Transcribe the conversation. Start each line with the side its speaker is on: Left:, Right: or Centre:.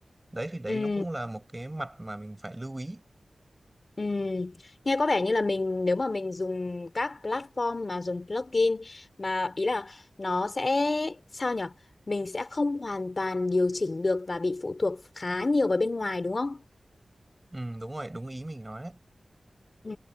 Right: đấy thì đấy
Left: ừ
Right: nó cũng là một cái mặt mà mình phải lưu ý
Left: ừ. nghe có vẻ như là mình nếu mà mình dùng các platform mà dùng plugin mà ý là nó sẽ sao nhở mình sẽ không hoàn toàn điều chỉnh được và bị phụ thuộc khá nhiều vào bên ngoài đúng không
Right: ừ, đúng rồi đúng ý mình nói đấy
Left: Ừ.